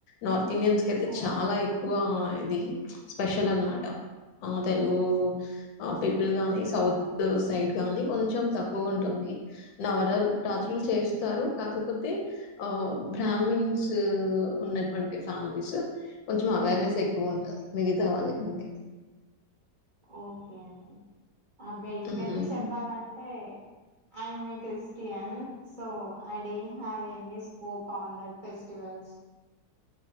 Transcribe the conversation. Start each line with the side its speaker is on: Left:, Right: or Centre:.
Left: నార్ ఇండియన్స్ అయితే
Right: ఓ
Left: చాలా ఎక్కువ ఇది స్పెషల్ అన్నమాట ఆ తెలుగు పీపుల్ గాని సౌత్ సైడ్ గానీ కొంచెం తక్కువ ఉంటు నవరాల్ రాత్రులు చేస్తారు కాకపోతే ఆ బ్రామిన్స్
Right: ఆ
Left: ఉన్నట్ వంటి ఫ్యామిలీస్ కొంచెం అవేర్నెస్ ఎక్కువ ఉంటుంది మిగతా వాళ్ళకంటే
Right: ఓకే అండి ఆబేసికల్లి
Left: హ్మ్.
Right: చెప్పాలంటే I'm a Christian so I don't have any scope on that festivals